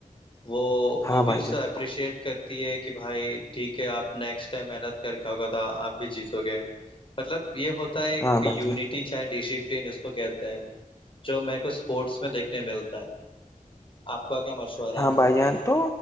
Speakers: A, on the left; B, on the left.
A: وہ وہ
B: ہاں بھائی
A: بھی اس
B: جان
A: سے اپریشیٹ کرتی ہے کہ بھائی ٹھیک ہے آپ نیکسٹ ٹائم محنت کر کے آگا آپ بھی جیتو گے مطلب یہ ہوتا ہوتا ایک
B: ہاں
A: یونٹی
B: بھائی جان
A: شاید ڈسپلین اس کو کہتے ہیں جو میں کو اسپورٹس میں دیکھنے ملتا ہے آپ کا کیا مشورہ
B: ہاں
A: ہے
B: بھائی جان تو